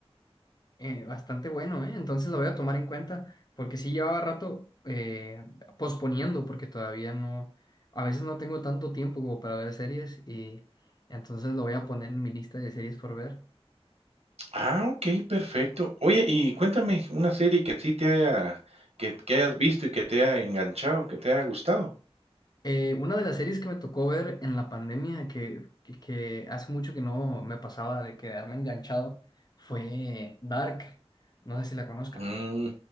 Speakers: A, on the left; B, on the right.
A: Eh, bastante bueno, ¿eh? Entonces lo voy a tomar en cuenta, porque sí llevaba rato eh, posponiendo, porque todavía no, a veces no tengo tanto tiempo como para ver series, y entonces lo voy a poner en mi lista de series por ver.
B: Ah, ok, perfecto. Oye, y cuéntame una serie que sí te haya, que, que hayas visto y que te haya enganchado, que te haya gustado.
A: Eh, una de las series que me tocó ver en la pandemia, que, que, que hace mucho que no me pasaba de quedarme enganchado, fue Dark. No sé si la conozca.
B: Mm,